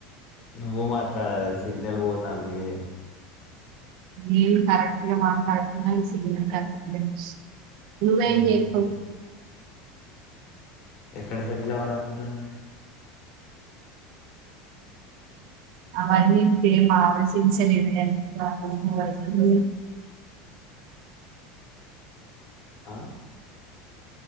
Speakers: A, on the left (about 50°); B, on the right (about 60°).
A: నువ్వు మాట్లాడాలి సిగ్నల్ పోతుంది నీదే
B: మీరు కరెక్ట్ గా మాట్లాడుతున్న సిగ్నల్ కట్ అయి వస్తుంది నువ్వేం
A: మ్మ్
B: చేస్తావ్
A: ఎక్కడ సెట్టిల్ అవ్వాలి అనుకుంటూ మరి
B: అవన్నీ ఇప్పుడేం ఆలోచించలే కానీ <unintelligible>
A: ఆ